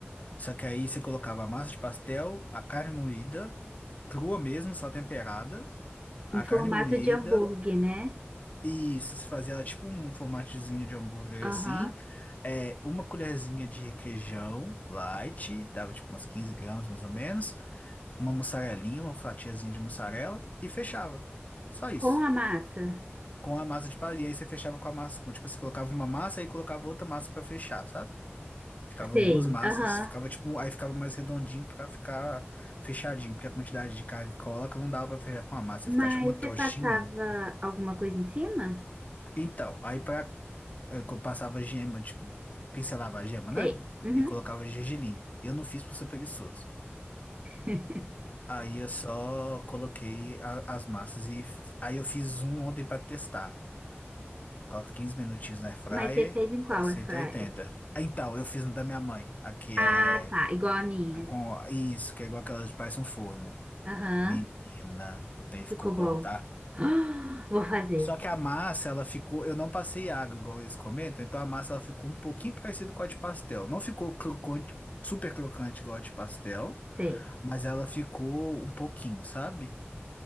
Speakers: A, on the left; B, on the right.
A: só que aí você colocava a massa de pastel, a carne moída, crua mesmo, só temperada, a
B: Em formato
A: carne moída,
B: de hambúrguer, né?
A: e isso, você fazia ela tipo um formatezinho de hambúrguer assim,
B: Aham.
A: é, uma colherzinha de requeijão light, dava tipo umas 15 gramas mais ou menos, uma mussarelinha, uma fatiazinha de mussarela, e fechava. Só isso.
B: Com a massa.
A: com a massa de palha. E aí você fechava com a massa, com, tipo, você colocava uma massa e colocava outra massa pra fechar, sabe? Ficavam
B: Sei.
A: duas massas,
B: Aham.
A: ficava tipo, aí ficava mais redondinho pra ficar fechadinho, porque a quantidade de carne que coloca não dava pra fechar com a massa,
B: Mas
A: ia ficar tipo uma trouxinha.
B: você passava alguma coisa em cima?
A: Então, aí pra, eh, quando passava gema, tipo, pincelava a gema, né?
B: Sei. Uhum.
A: E colocava gergelim. Eu não fiz por ser preguiçoso.
B: <laughs>
A: Aí eu só coloquei a- as massas e f- aí eu fiz um ontem pra testar. Coloca 15 minutinhos na air fryer
B: Mas você fez em qual
A: a 180.
B: airfryer?
A: Ah, Então, eu fiz um da minha mãe. Aqui
B: Ah,
A: é
B: tá. Igual a minha.
A: é com isso, que é igual aquelas de parece um forno.
B: Aham.
A: Menina, o trem ficou
B: Ficou
A: bom,
B: bom.
A: tá?
B: <gasps> Ah, Vou fazer.
A: Só que a massa, ela ficou. Eu não passei água, igual eles comentam, então a massa ela ficou um pouquinho parecida com a de pastel. Não ficou crocante, super crocante igual a de pastel,
B: Sei,
A: mas ela ficou um pouquinho, sabe?